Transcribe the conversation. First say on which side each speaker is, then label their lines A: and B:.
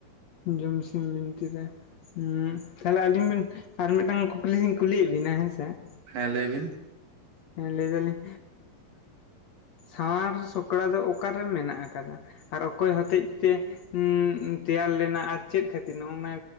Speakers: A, on the left; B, on the right.
A: ᱡᱚᱢᱥᱤᱢ ᱵᱤᱱᱛᱤ ᱨᱮ ᱾ ᱦᱩᱸ ᱛᱟᱦᱚᱞᱮ ᱟᱹᱞᱤᱧ ᱵᱮᱱ ᱟᱨ ᱢᱤᱫᱴᱟᱝ ᱠᱩᱠᱞᱤ ᱞᱤᱧ ᱠᱩᱞᱤᱭᱮᱫ ᱵᱤᱱᱟ ᱦᱮᱸ ᱥᱮ ᱾
B: ᱦᱮᱸ ᱞᱮᱭ ᱵᱤᱱ
A: ᱦᱮᱸ ᱞᱟᱹᱭ ᱫᱟᱞᱤᱧ ᱥᱟᱶᱟᱨ ᱥᱚᱠᱲᱟ ᱫᱚ ᱚᱠᱟᱨᱮ ᱢᱮᱱᱟᱜ ᱟᱠᱟᱫᱟ? ᱟᱨ ᱚᱠᱚᱭ ᱦᱚᱛᱮᱡ ᱛᱮ ᱦᱩᱸ ᱛᱮᱭᱟᱨ ᱞᱮᱱᱟ ᱟᱨ ᱪᱮᱫ ᱠᱷᱟᱹᱛᱤᱨ ᱱᱚᱜᱼᱱᱚᱣᱟ